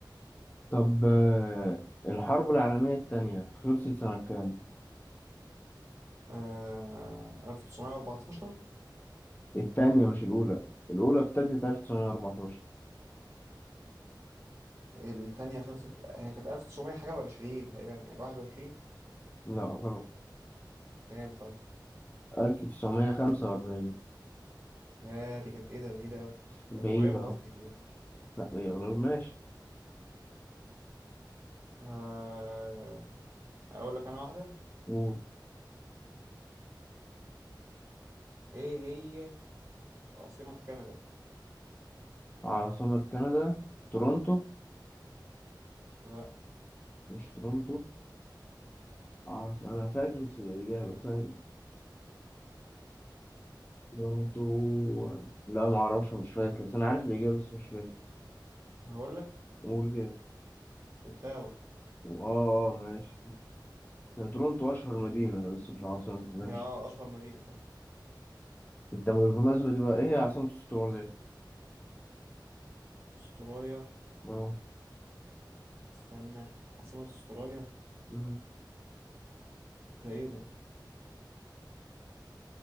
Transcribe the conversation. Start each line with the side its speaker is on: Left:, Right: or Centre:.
Left: طب آه، الحرب العالمية التانية خلصت سنة كام؟
Right: آه 1914
Left: التانية مش الأولى الأولى ابتدت 1914
Right: التانية خلصت هي كانت 1900 حاجة وعشرين تقريبا يعني 21
Left: لا غلط
Right: كام طيب
Left: 1945
Right: يا دي كانت ايه ده بعيدة أوي
Left: بعيدة
Right: كانت قريبة
Left: أهو.
Right: قصدي دي.
Left: لا هي قريبة. ماشي
Right: آه... أقول لك أنا واحدة
Left: قول.
Right: ايه هي عاصمة كندا
Left: عاصمة كندا تورونتو
Right: لا
Left: مش تورونتو عاص- أنا فاكر الإجابة بس أنا تورونتو لا معرفش مش فاكر بس أنا عارف الإجابة بس مش فاكر
Right: هقول لك
Left: قول كده
Right: أوتاوا
Left: اه ماشي هي تورونتو اشهر مدينة بس مش عاصمة ماشي
Right: هي آه أشهر مدينة فعلا
Left: انت بالمناسبة دي بقى ايه هي عاصمة استراليا؟
Right: أستراليا
Left: اه
Right: استنى عاصمة أستراليا
Left: مم.
Right: ده ايه ده